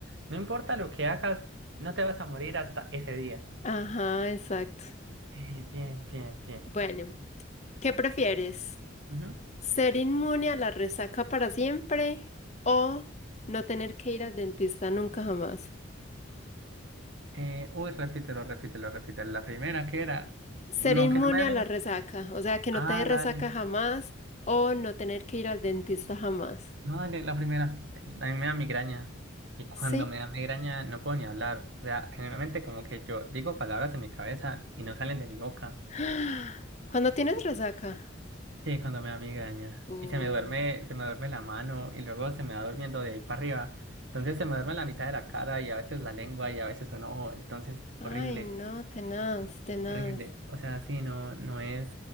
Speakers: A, on the right; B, on the left.
A: no importa lo que hagas, no te vas a morir hasta ese día.
B: ajá, exacto.
A: Eh, bien, bien,
B: Bueno, ¿qué prefieres?
A: bien.
B: ¿Ser inmune a la resaca para siempre o no tener que ir al dentista nunca jamás?
A: Eh, uy, repítelo, repítelo, repítelo. La primera que era.
B: Ser
A: No,
B: inmune
A: que no me
B: a la
A: da.
B: resaca, o sea, que no
A: Ah,
B: te dé resaca
A: dale.
B: jamás o no tener que ir al dentista jamás.
A: No, dale, la primera. A mí me da migraña. Y cuando
B: ¿Sí?
A: me da migraña no puedo ni hablar. O sea, generalmente como que yo digo palabras en mi cabeza y no salen de mi boca.
B: <gasps> ¿Cuándo tienes resaca?
A: Sí, cuando me da migraña.
B: Uy,
A: Y se me duerme, se me duerme la mano y luego se me va durmiendo de ahí para arriba. Entonces se me duerme la mitad de la cara y a veces la lengua y a veces un ojo. Entonces, horrible,
B: ay, no, tenaz, tenaz.
A: horrible. O sea, sí, no, no es,